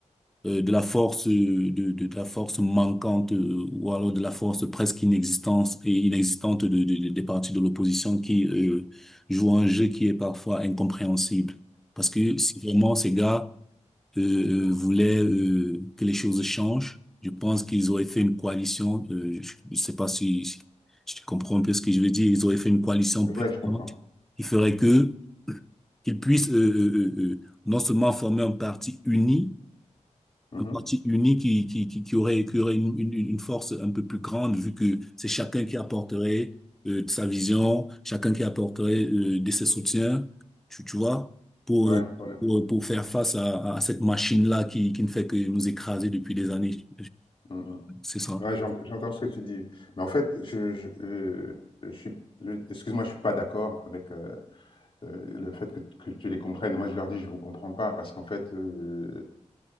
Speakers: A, in the centre; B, on the left.
A: euh, de la force euh, de, de de la force manquante euh, ou alors de la force presque inexistante et inexistante de, de- de- des partis de l'opposition qui euh, jouent un jeu qui est parfois incompréhensible. Parce que si vraiment ces gars euh, euh, voulaient euh, que les choses changent, je pense qu'ils auraient fait une coalition. euh, je ne sais pas si, si si tu comprends un peu ce que je veux dire. Ils auraient fait une coalition
B: mhm.
A: puissante
B: Ouais, je comprends.
A: qui ferait que qu'ils puissent euh, euh, euh, euh, non seulement former un parti uni,
B: Mhm.
A: un parti uni qui, qui, qui, qui aurait, qui aurait une, une, une force un peu plus grande, vu que c'est chacun qui apporterait euh, de sa vision, chacun qui apporterait euh, de ses soutiens, tu, tu vois, pour,
B: Ouais,
A: euh,
B: ouais.
A: pour, pour faire face à, à cette machine-là qui, qui ne fait que nous écraser depuis des années.
B: Mhm.
A: C'est ça.
B: Ouais, j'ent- j'entends ce que tu dis. Mais en fait, je, je, je, je suis, je- excuse-moi, je suis pas d'accord avec euh, euh, le fait que, que tu les comprennes. Moi, je leur dis, je vous comprends pas, parce qu'en fait, euh,